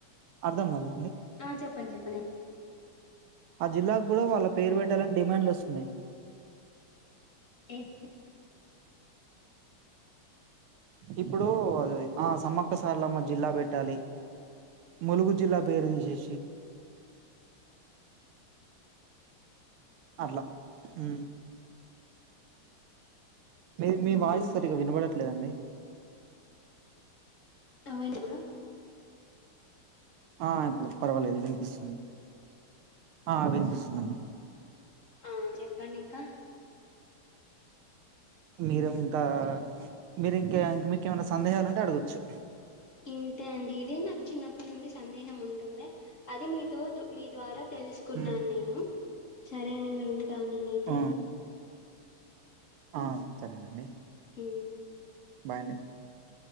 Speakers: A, on the right (about 80°); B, on the left (about 45°).
A: అర్ధంగాలే
B: ఆ చెప్పండి చెప్పని
A: ఆ జిల్లాకు గూడా వాళ్ళ పేరు పెట్టాలని డిమాండ్లు వస్తున్నయ్ <inaudible>
B: ఏ-
A: ఇప్పుడు ఆ సమ్మక్క సార్లమ్మ జిల్లా పెట్టాలి ములుగు జిల్లా పేరుదిసేసి అట్ల హు మీ మీ
B: అవునా
A: వాయిస్ సరిగా వినబడట్లేదండి
B: అవైనడు <unintelligible>
A: ఆ ఇప్పుడు పర్వాలేదు వినిపిస్తుంది ఆ వినిపిస్తుందిండి
B: ఆహ్ చెప్పండి ఇంకా
A: మీరు ఇంకా మీరు ఇంక ఇంక మీకేమైనా సందేహాలు ఉంటే అడగొచ్చు
B: ఇంతే అండి ఇదే నాకు చిన్నప్పటి నుండి సందేహం ఉంటుండే అది మీతో మీ ద్వారా తెలుసుకున్నాను
A: ఉమ్.
B: నేను సరే అండి మరి ఉంటాను నేనైతే
A: ఆ, ఆ సరేనండి.
B: హ్మ్
A: బాయ్ అండి